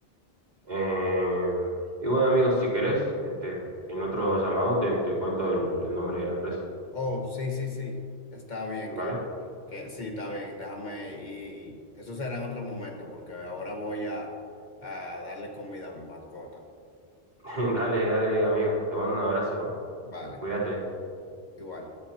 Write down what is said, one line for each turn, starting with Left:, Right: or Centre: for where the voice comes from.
Right: Em, y bueno, amigos, si querés, este, en otro llamado te, te cuento el, el nombre de la empresa,
Left: Oh, sí, sí, sí. Está bien
Right: ¿vale?
Left: que, que sí, está bien. Déjame y eso será en otro momento porque ahora voy a, a darle comida a mi mascota.
Right: <laughs> Dale, dale, amigo. Te mando un abrazo, ¿eh?
Left: Vale,
Right: Cuídate.
Left: igual.